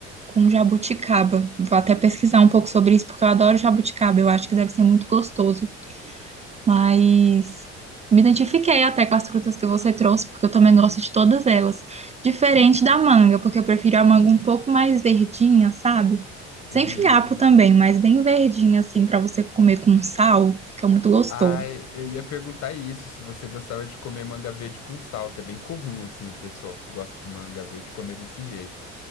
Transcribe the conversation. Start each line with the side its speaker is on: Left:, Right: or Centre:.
Right: com jabuticaba. Vou até pesquisar um pouco sobre isso, porque eu adoro jabuticaba. Eu acho que deve ser muito gostoso. Mas me identifiquei até com as frutas que você trouxe, porque eu também gosto de todas elas. Diferente
Left: <laughs>
Right: da manga, porque eu prefiro a manga um pouco mais verdinha, sabe? Sem
Left: Hum...
Right: fiapo também, mas bem verdinha, assim, para você comer com sal. Fica muito gostoso.
Left: Ai, eu ia perguntar isso, se você gostava de comer manga verde com sal, que é bem comum, assim, o pessoal que gosta de manga verde comer desse jeito.